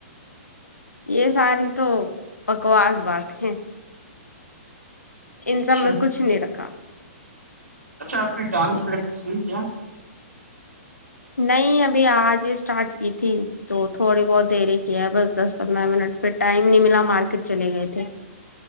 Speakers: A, on the left; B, on the right.
A: یہ ساری تو بکواس بات ہے ان
B: اچھا
A: سب میں کچھ نہیں رکھا
B: اچھا آپ کی ڈانس پریکٹس ہوئی کیا
A: نہیں ابھی آج ہی اسٹارٹ کی تھی تو تھوڑی بہت دری کیا ہے بس دس پندرہ منٹ پھر ٹائم نہیں ملا مارکیٹ چلے گئے تھے